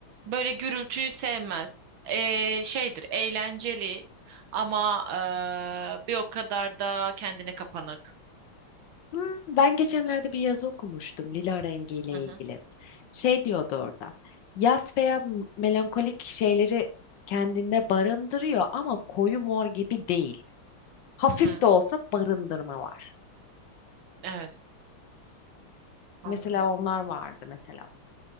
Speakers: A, on the right (about 70°); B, on the left (about 65°).
A: Böyle gürültüyü sevmez. Ee, şeydir, eğlenceli ama ee, bir o kadar da kendine kapanık.
B: Hmm, ben geçenlerde bir yazı okumuştum lila rengiyle
A: Hı
B: ilgili.
A: hı,
B: Şey diyordu orada. Yas veya m- melankolik şeyleri kendinde barındırıyor ama koyu mor gibi değil. Hafif
A: hı hı.
B: de olsa barındırma var.
A: Evet, anladım.
B: Mesela onlar vardı mesela.